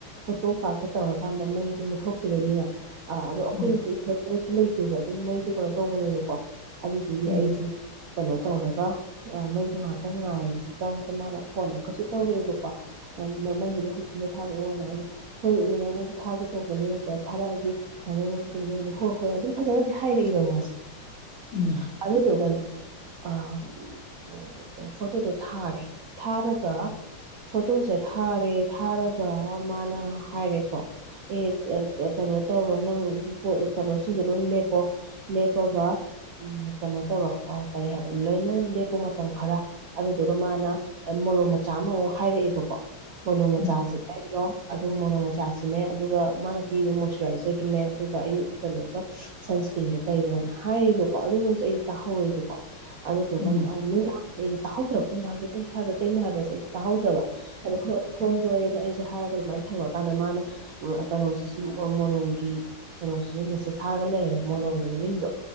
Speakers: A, on the right; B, on the left.
A: ꯐꯣꯇꯣ ꯀꯥꯞꯀꯦ ꯇꯧꯔꯀꯥꯟꯗ ꯃꯩꯁꯦ ꯃꯨꯠꯊꯣꯛꯈꯤꯕꯒꯤꯅꯦ ꯑ ꯑꯗꯣ ꯑꯩꯈꯣꯏꯗꯤ
B: ꯎꯝ
A: ꯏꯟꯚꯔꯇꯔꯁꯨ ꯂꯩꯇꯦꯗꫭ ꯑꯗꯨꯝ ꯃꯩꯗꯣ ꯀꯩꯅꯣ ꯇꯧꯕꯅꯦꯕꯀꯣ ꯑꯗꯨꯗꯨꯒꯤ
B: ꯎꯝ
A: ꯑꯩꯁꯦ ꯀꯩꯅꯣ ꯇꯧꯔꯒ ꯑ ꯃꯩꯗꯣ ꯉꯥꯍꯥꯛꯇꯪ ꯉꯥꯏꯔꯤ ꯀꯥꯟꯁꯤꯗ ꯃꯥꯅ ꯐꯣꯟ ꯑꯃꯨꯛꯀꯁꯨ ꯇꯧꯔꯛꯑꯦꯕꯀꯣ ꯅ ꯅꯪꯒꯤꯗꯣ ꯍꯖꯤꯛꯃꯛ ꯊꯥꯔꯛꯑꯣꯅ ꯑꫭꯅ ꯍꯣꯏ ꯃꯦꯗꯥꯝ ꯑꯩꯗꯣ ꯊꯥꯒꯦ ꯇꯧꯕꯅꯦ ꯀ ꯊꯥꯔꯛꯑꯒꯦ ꯁꯨꯃꯥꯏꯅ ꯃꯩ ꯃꯨꯠꯊꫭꯛ <unintelligible> ꯍꯣꯏ ꯍꯣꯏ ꯑꯗꯨꯝ ꯐꯖꯅꯗꯤ ꯍꯥꯏꯔꯛꯏꯕ ꯃꯥꯁꯦ
B: ꯎꯝ
A: ꯍ ꯑꯗꯨꯗꯨꯒꯅꯦ ꯑꯝ ꯎ <unintelligible> ꯐꯣꯇꯣꯗꯣ ꯊꯥꯔꯦ ꯊꯥꯔꯒ ꯐꯣꯇꯣꯁꯦ ꯊꯥꯔꯦ ꯊꯥꯔꯒ ꯃꯥꯅ ꯍꯥꯏꯔꯦꯀꯣ ꯑꯦ ꯀ ꯀ ꯀꯩꯅꯣ ꯇꯧꯔꯣ ꯅꯪ ꯔꯤꯄꫭꯠ ꯑ ꯀꯩꯅꯣꯁꯤꯡꯗꯣ ꯂꯣꯏ ꯂꯦꯞꯄꯣ ꯂꯦꯞꯄꯒ ꯎꯝ ꯀꯩꯅꯣ ꯇꯧꯔꯣ ꯀꯔꯤ ꯍꯥꯏꯕ ꯂꯣꯏꯅ ꯂꯦꯞꯄ ꯃꯇꯝ ꯈꯔ ꯑꯗꯨꯗꯨꯒ ꯃꯥꯅ ꯑꯝ ꯃꯣꯂꯣꯝ ꯃꯆꯥ ꯑꯃꯃꯨꯛ ꯍꯥꯏꯔꯛꯑꯦꯕꯀꯣ ꯃꯣꯂꯣꯝ ꯃꯆꯥꯁꯦ
B: ꯎꯝ
A: ꯇꯩꯔꫭ ꯑꯗꯨꯒ ꯃꯣꯂꫭꯝ ꯃꯆꯥꯁꯤꯅꯦ ꯑꯗꯨꯒ ꯃꯥꯅ ꯄꯤꯕ ꯃꯣꯁꯆꯨꯔꯥꯏꯖꯔꯗꯨꯅꯦ ꯑꯗꯨꯒ ꯑꯌꯨꯛ ꯀꯩꯅꯣꯒ ꯁꯟꯁꯀ꯭ꯔꯤꯟꯒ ꯇꯩꯔꯣꯅ ꯍꯥꯏꯌꯦꯕꯀꯣ ꯑꯗꯨꯕꯧꯖꯦ ꯑꯩꯖꯤ ꯇꯥꯍꯧꯋꯦꯕꯀꯣ <unintelligible>
B: ꯎꯝ
A: ꯇꯥꯍꯧꯗ꯭ꯔꯕ ꯅꯨꯡꯗꯥꯡꯁꯦ ꯇꯩꯌꯨ ꯍꯥꯏꯕ꯭ꯔꯥ ꯇꯩꯅꯨꯕ꯭ꯔ ꯍꯥꯏꯕ꯭ꯔꯥꯁꯦ ꯑꯩꯁꯦ ꯇꯥꯍꯧꯗ꯭ꯔꯕ ꯑꯗꯣ ꯍꯣꯏ ꯍꯣꯏ ꯍꯥꯏꯅ ꯑꯩꯁꯦ ꯍꯥꯏꯔꯒ ꯑꯗꯨꯃꯥꯏꯅ ꯊꯝꯈ꯭ꯔꯀꯥꯟꯗ ꯃꯥꯅ ꯀꯩꯅꯣꯁꯤꯁꯨ ꯃꯣ ꯃꫭꯂꯣꯝꯒꯤ ꯀꯩꯅꯣꯁꯤꯁꯨ ꯃꯦꯁꯦꯁ ꯊꯥꯔꯒ ꯂꯩꯔꯝꯃꯦꯕ ꯃꯣꯂꯣꯝꯒꯤ ꯃꯃꯤꯡꯗꯣ